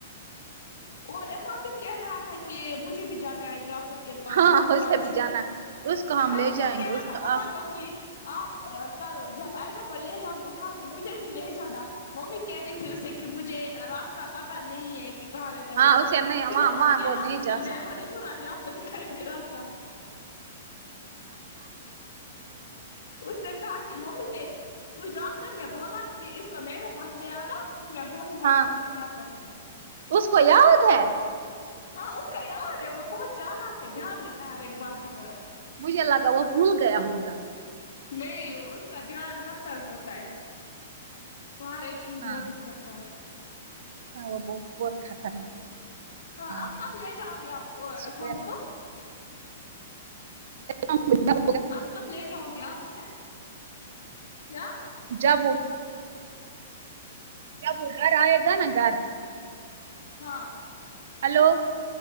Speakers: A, on the left (about 75°); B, on the right (about 70°).
A: اور افام بھی کہہ رہا تھا کہ مجھے بھی جانا ہے ڈاک ٹر کے پاس
B: ہاں
A: وہاں کرکشن
B: اسے بھی جانا اس کو ہم
A: ہاں
B: لے
A: وہ
B: جائیں
A: کہہ
B: گے
A: رہا
B: اس
A: تھا
B: کا
A: مما
B: آپ
A: کو کہ آپ کل جب عائزا کو لے جاؤ گے وہاں سے مجھے بھی لے جانا ممی کہہ رہی تھی اسے کہ مجھے راستہ پتا نہیں ہے کہ کہاں رہ ٹا وہ
B: ہاں
A: ڈاکٹر
B: اسے نہیں
A: پھر
B: وہاں
A: افام
B: وہاں
A: کہہ
B: وہ
A: رہا
B: نہیں
A: تھا
B: جا
A: کہ میں
B: سکتا
A: اور عمران یاں کو دیکھائیں گے راستہ اس نے کہا کہ ممی نے اس ڈاکٹر نے بولا کہ اس کو میرے پاس لے آنا پھر میں بولوں گا
B: ہاں
A: کہ اس کو کیا کرنا ہے
B: اس کو یاد ہے
A: ہاں اس کا یاد ہے وہ بہت چالاک ہے
B: اوہ،
A: دھیان دیتا ہے ہر ایک بات کی طرح
B: مجھے لگا وہ بھول گیا ہوگا
A: نہیں اس کا دھیان ہر طرف ہوتا ہے وہ ہر ایک چیز
B: ہاں
A: نوٹس کر تا ہے
B: ہاں وہ ب بہت خطرنا
A: ہاں
B: ناک
A: آپ کب
B: ہے
A: لے جاؤ گے آپ
B: چھٹ
A: فارم
B: گیا
A: کو
B: چھ <unintelligible>
A: آپ کب لے جاؤ گے آپ اسے کیا
B: جب و جب وہ گھر آئے گا نا گھر
A: ہاں
B: ہلو